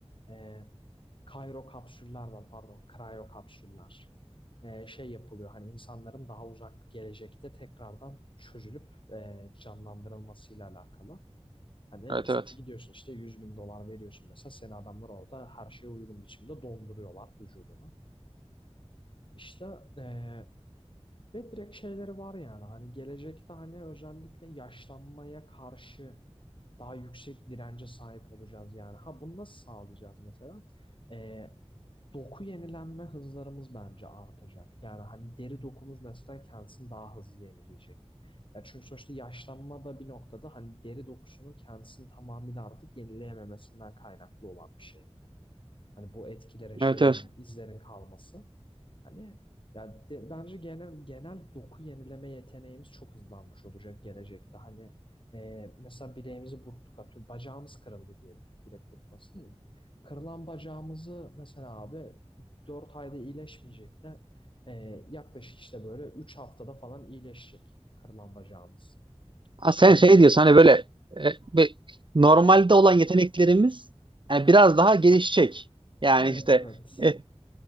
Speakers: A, on the left (about 50°); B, on the right (about 50°).
A: Ee, Kairo kapsüller var pardon. Krayo kapsüller. Ee, şey yapılıyor hani insanların daha uzak bir gelecekte tekrardan çözülüp e, canlandırılmasıyla alakalı. Hani
B: Evet
A: sen
B: evet.
A: gidiyorsun işte yüz bin dolar veriyorsun mesela seni adamlar orada her şeye uygun biçimde donduruyorlar vücudunu. İşte eee, ve direkt şeyleri var yani hani gelecekte hani özellikle yaşlanmaya karşı daha yüksek dirence sahip olacağız yani. Ha bunu nasıl sağlayacağız mesela? Ee, doku yenilenme hızlarımız bence artacak. Yani hani deri dokumuz mesela kendisini daha hızlı yenileyecek. Ya çünkü sonuçta yaşlanma da bir noktada hani deri dokusunun kendisini tamamıyla artık yenileyememesinden kaynaklı olan bir şey. Hani bu etkilerin, şeylerin,
B: Evet evet.
A: izlerin kalması. Hani ya de- bence genel genel doku yenileme yeteneğimiz çok hızlanmış olacak gelecekte. Hani e, mesela bileğimizi burktuk atıyor. Bacağımız kırıldı diyelim. Bilek burkması değil mi? Kırılan bacağımızı mesela abi 4 ayda iyileşmeyecek de e, yaklaşık işte böyle 3 haftada falan iyileşecek kırılan bacağımız.
B: Ha, sen
A: Veya
B: şey
A: işte.
B: diyorsun hani böyle e, bir- normalde olan yeteneklerimiz yani biraz daha gelişecek. Yani
A: Evet
B: işte
A: evet
B: e, e,